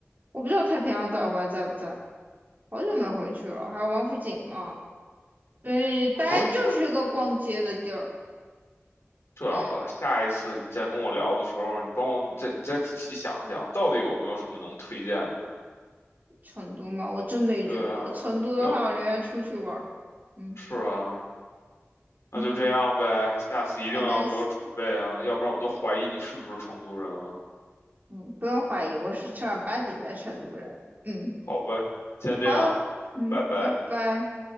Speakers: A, on the right; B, on the left.
A: 我不知道太平洋百货还在不在，好久没回去了。还有王府井嘛，所以大家就是一个逛街的地儿。
B: 我这样吧，
A: 对，
B: 下一次你再跟我聊的时候，你帮我，你再你再仔细想想，到底有没有什么能推荐的？
A: 成都嘛，我真没觉得。
B: 对啊，
A: 成都的话，
B: 要
A: 我宁愿出去玩儿。嗯
B: 是啊，那就这样呗，
A: 嗯，
B: 下次一定要给我准备啊，
A: 好的，
B: 要不然我都怀疑你是不是成都人了。
A: 嗯，不用怀疑，我是正儿八经的成都人。嗯，
B: 好呗，先这样，
A: 好，嗯，
B: 拜拜。
A: 拜拜。